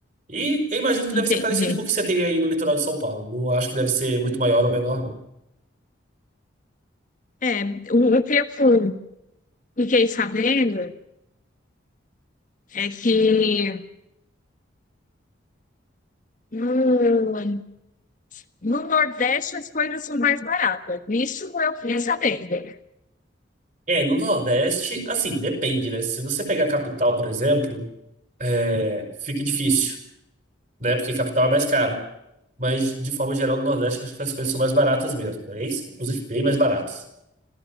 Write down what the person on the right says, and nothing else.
E eu imagino que
deve ser parecido com o que você tem aí no litoral de São Paulo. Não acho que deve ser muito maior ou menor, não.
É, no Nordeste, assim, depende, né? Se você pegar a capital, por exemplo, é, fica difícil, né? Porque capital é mais caro. Mas, de forma geral, no Nordeste, acho que as coisas são mais baratas mesmo, né? Isso, Inclusive, bem mais baratas.